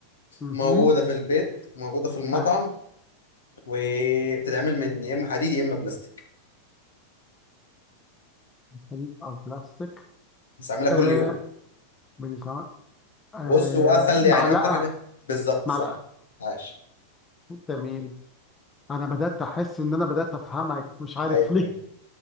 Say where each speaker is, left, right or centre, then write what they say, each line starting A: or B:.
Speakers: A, on the left; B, on the left.
A: مهم.
B: موجودة في البيت موجودة في المطعم
A: آه،
B: وبتتعمل من يا إما حديد يا إما بلاستيك
A: حديد أو بلاستيك
B: بنستعملها
A: آه
B: كل يوم
A: بيسمع آه
B: بص وأسهل
A: معلقة
B: يعني أكتر حاجة بالظبط
A: معلقة
B: صح عاش
A: تمام أنا بدأت أحس إن أنا بدأت أفهمك مش عارف
B: أيوه
A: ليه
B: أيوه